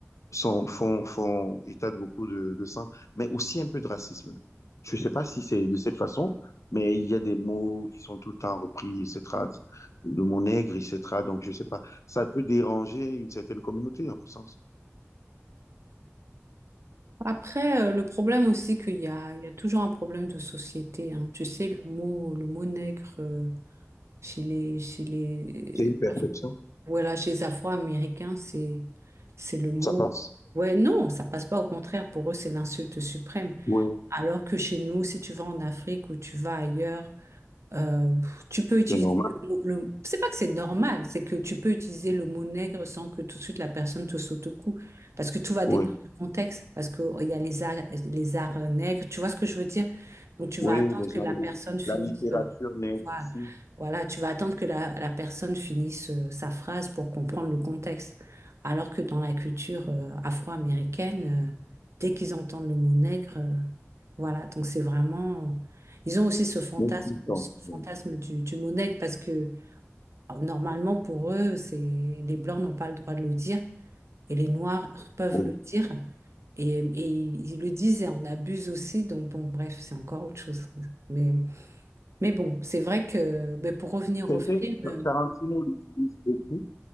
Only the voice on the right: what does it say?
Après, euh, le problème aussi qu'il y a, il y a toujours un problème de société. hein. Tu sais, le mot, le mot nègre. euh, Chez les, chez les,
voilà, chez les Afro-Américains, c'est, c'est le mot.
Ouais, non, ça passe pas. Au contraire, pour eux, c'est l'insulte suprême.
Alors que chez nous, si tu vas en Afrique ou tu vas ailleurs, euh, tu peux
utiliser
le, mot- le- c'est pas que c'est normal, c'est que tu peux utiliser le mot nègre sans que tout de suite la personne te saute au cou, parce que tout va
dépendre du contexte, parce que oh, il y a les arts, les arts nègres, tu vois ce que je veux dire? Donc tu
vas attendre
que
la personne finisse,
euh,
voilà,
Voilà, tu vas attendre que la, la personne finisse euh, sa phrase pour comprendre le contexte, alors que dans la culture euh, afro-américaine, euh, dès qu'ils entendent le mot nègre, euh, voilà, donc c'est vraiment ils ont aussi ce fantasme,
ce fantasme
du, du mot nègre parce que alors, normalement pour eux, c'est les blancs n'ont pas le droit de le dire et les noirs peuvent
le dire et, et ils ils le disent et on abuse aussi. Donc bon, bref, c'est encore autre chose. Mais, mais bon, c'est vrai que ben, pour revenir
au film, euh,